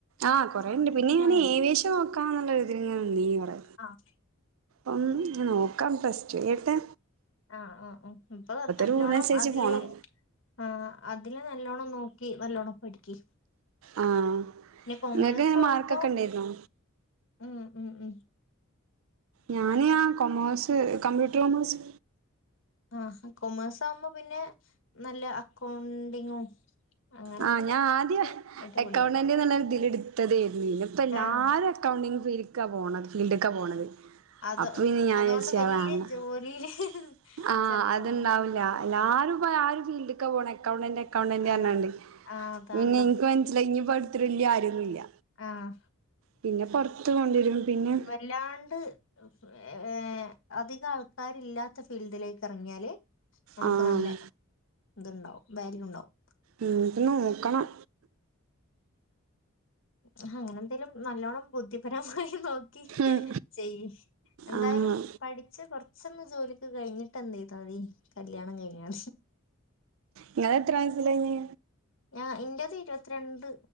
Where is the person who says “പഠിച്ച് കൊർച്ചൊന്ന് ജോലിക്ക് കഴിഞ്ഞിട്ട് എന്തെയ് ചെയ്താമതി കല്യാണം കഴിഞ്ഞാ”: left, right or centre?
Left